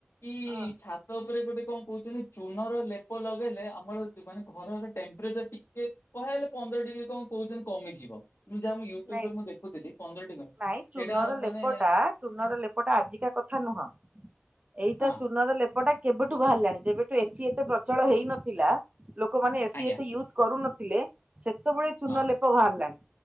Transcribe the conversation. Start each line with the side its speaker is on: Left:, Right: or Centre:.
Left: କି
Right: ହଁ
Left: ଛା ତା ଉପରେ ଗୋଟେ କଣ କହୁଚନ୍ତି ଚୂନର ଲେପ ଲଗେଇଲେ ଆମର ମାନେ ଘରର ଟେମ୍ପରେଚର ଟିକେ କହ ହେଲେ ପନ୍ଦର ଡିଗ୍ରୀ କଣ କହୁଚନ୍ତି କମିଯିବ। ମୁଁ ଯାହା ମୁ ୟୁଟ୍ୟୁବ
Right: ନାଇଁ
Left: ରେ ମୁଁ ଦେଖୁଥିଲି ପନ୍ଦରଟି ସେଇଟା
Right: ନାଇଁ ଚୂନର
Left: ମାନେ
Right: ଲେପଟା ଚୂନର ଲେପଟା ଆଜିକା କଥା ନୁହଁ ଏଇଟା
Left: ହଁ
Right: ଚୂନର ଲେପଟା କେବେଠୁ ବାହାରିଲାଣି ଯେବେଠୁ ଏସିି ଏତେ ପ୍ରଚଳ ହେଇନଥିଲା ଲୋକମାନେ ଏସି
Left: ଆଜ୍ଞା
Right: ଏତେ ୟୁଜ କରୁନଥିଲେ ସେତେବେଳୁ ଏ ଚୁନଲେପ
Left: ହଁ
Right: ବାହାରିଲାଣି।